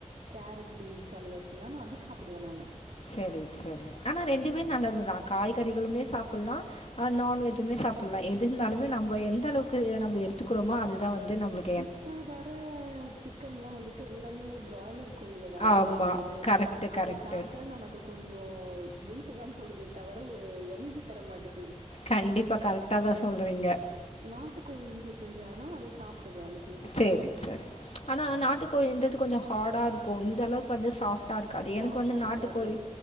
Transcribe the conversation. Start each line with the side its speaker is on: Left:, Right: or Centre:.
Right: கேரட் பீன்ஸ் சமர்சினா நா அது சாப்டுவே நானு
Left: செரி செரி ஆனா ரெண்டுமே நல்லதுதா காய்கறிகளுமே சாப்புல்லா ஆ நான்வெஜ்ஜுமே சாப்பில்லா எது இருந்தாலுமே நம்ப எந்த அளவுக்கு நம்ம எடுத்துக்கிறோமோ அதுதா வந்து நம்மளுக்
Right: இப்போ வர சிக்கன் ல்லா வந்துட்டு எல்லாமே பிராய்லர் கோழியா தான
Left: ஆமாம்
Right: வருது
Left: கரெக்ட்டு
Right: அத
Left: கரெக்ட்டு
Right: சாப்டா நமக்கு கொஞ்சோ வெய்ட்டு தா போடுதே தவர ஒரு எனர்ஜி தர மாட்டுது
Left: கண்டிப்பா கரெக்ட்டா தா சொல்றீங்க
Right: நாட்டு கோழி வீட்ல செஞ்சாங்கன்னா அது சாப்டுவே அது கொஞ்
Left: சேரி சரி ஆனா நாட்டு கோழின்ட்றது கொஞ்ச ஹார்டா இருக்கு இந்த அளவுக்கு வந்து சாஃட் டா இருக்காது எனக்கு
Right: சாஃப்ட்டா
Left: வந்து
Right: இருக்காது
Left: நாட்டு கோழி